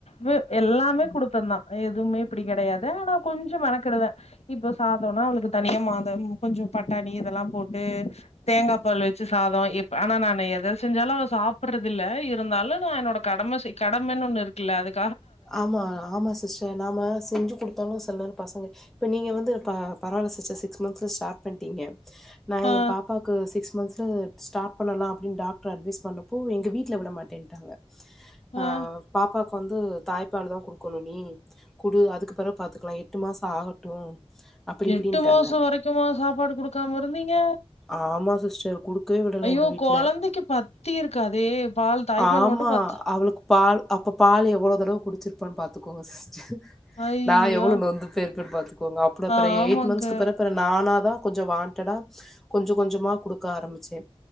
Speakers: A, on the left (about 85°); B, in the centre.
A: வு எல்லாமே குடுப்பேன் தான் எது எதுவுமே இப்படி கெடையாது ஆனா கொஞ்சம் மெனக்கெடுவேன். இப்போ சாதம்னா அவளுக்கு தனியா சாதம் கொஞ்சம் பட்டாணி இதெல்லாம் போட்டு தேங்கா பால் வெச்சு சாதம் ஆனா நான் எதை செஞ்சாலும் அவ சாப்பிடுறது இல்ல இருந்தாலும் நான் என்னோட கடம கடமன்னு ஒன்னு இருக்குல்ல அதுக்
B: ஆமா ஆமா சிஸ்டர் நாம செஞ்சு கொடுத்தாலும் செலநேரம் பசங்க இப்ப நீங்க வந்து ப பரவால்ல சிஸ்டர் சிக்ஸ் மந்த்ஸ்ல ஸ்டார்ட் பண்ணிட்டீங்க நா
A: ஆ
B: என் பாப்பாக்கு சிக்ஸ் மந்த்ல ஸார்ட் பண்ணலா அப்படின்னு டாக்டர் அட்வைஸ் பண்ணப்போ எங்க வீட்ல விட மாட்டேன்ட்டாங்க அ
A: ஆ
B: பாப்பா ப்பா வந்து தாய்ப்பாலு தா குடுக்கணும் நீ குடு அதுக்கு பிறகு பாத்துக்கலா எட்டு மாசம் ஆகட்டும் அப்படி
A: எட்டு
B: இப்படின்ட்டாங்க.
A: மாசம் வரைக்குமா சாப்பாடு குடுக்காம இருந்தீங்க
B: ஆமா சிஸ்டர். குடுக்கவே விடல
A: ஐய்யோ
B: எங்க வீட்ல.
A: கொழந்தைக்கு பத்திருக்காதே பால் தாய்ப்பால்
B: ஆமா
A: மட்டு பத்து
B: அவளுக்கு பால் அப்ப பால் எவ்ளோ தடவ குடிச்சிருப்பானு பா பாத்துக்கோங்க சிஸ்டர்
A: ஐயோ
B: நா எவ்ளோ நொந்து போயிருப்பான்னு பாத்துக்கோங்க அப்பற அப்ற
A: ஆமாங்க
B: எயிட் மந்த்ஸ்க்கு பிறகு நானா தா கொஞ்ச வாண்ட்டடா கொஞ்சம் கொஞ்சமா குடுக்க ஆரம்பிச்சே